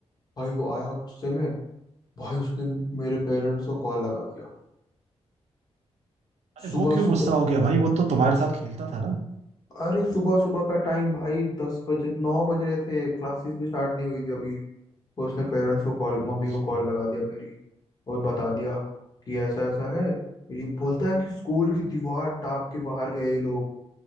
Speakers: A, on the left (about 35°); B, on the right (about 80°).
A: भाई वो आया गुस्से में भाई उसने मेरे पेरेंट्स को कॉल लगा दिया
B: अरे
A: सुबह
B: वो क्यों
A: सुबह
B: गुस्सा हो गया भाई वो तो तुम्हारे साथ खेलता था ना
A: अरे सुबह सुबह का टाइम भाई दस बजे नौ बज रहे थे क्लासेस भी स्टार्ट नहीं हुई थी अभी तो उसने पेरेंट्स को कॉल
B: अच्छा
A: मम्मी को कॉल लगा दिया मेरी और बता दिया कि ऐसा ऐसा है ये बोलता है कि स्कूल की दीवार टाप के बाहर गए ये लोग